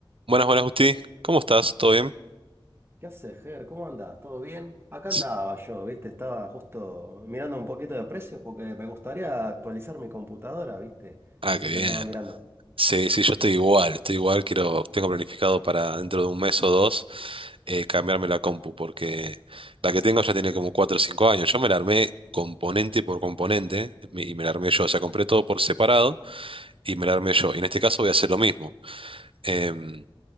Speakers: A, on the right; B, on the right.
A: Buenas, buenas, Justi. ¿Cómo estás? ¿Todo bien?
B: ¿Qué haces, Ger? ¿Cómo andás? ¿Todo bien? Acá andaba
A: S-
B: yo, ¿viste? Estaba justo mirando un poquito de precios porque me gustaría actualizar mi computadora, ¿viste?
A: Ah,
B: Así
A: qué bien.
B: que andaba mirando.
A: Sí, sí, yo estoy igual, estoy igual. Quiero, tengo planificado para dentro de un mes o dos eh, cambiarme la compu, porque la que tengo ya tiene como 4 o 5 años. Yo me la armé componente por componente mi- y me la armé yo. O sea, compré todo por separado y me la armé yo. Y en este caso voy a hacer lo mismo. Em,